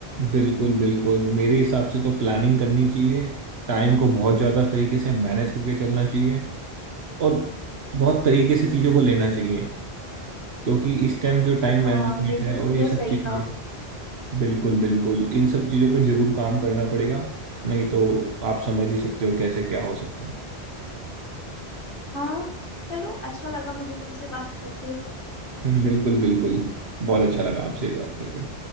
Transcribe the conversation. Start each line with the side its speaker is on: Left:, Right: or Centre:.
Right: बिल्कुल बिल्कुल मेरे हिसाब से तो प्लानिंग करनी चाहिए टाइम को बहुत ज्यादा तरीके से मैनेज करके चलना चाहिए और बहुत तरीके से चीजों को लेना चाहिए क्योंकि इस टाइम जो टाइम मैनेजमेंट
Left: हाँ ये तो
Right: है और
Left: तुमने
Right: ये सब
Left: सही
Right: चीजें
Left: कहा
Right: बिल्कुल बिल्कुल इन सब चीजों पर जरूर काम करना पड़ेगा नहीं तो आप समझ ही सकते हो कैसे क्या हो सकता है
Left: हाँ चलो अच्छा लगा मुझे तुमसे बात करके
Right: बिल्कुल बिल्कुल बहुत अच्छा लगा आपसे ये बात करके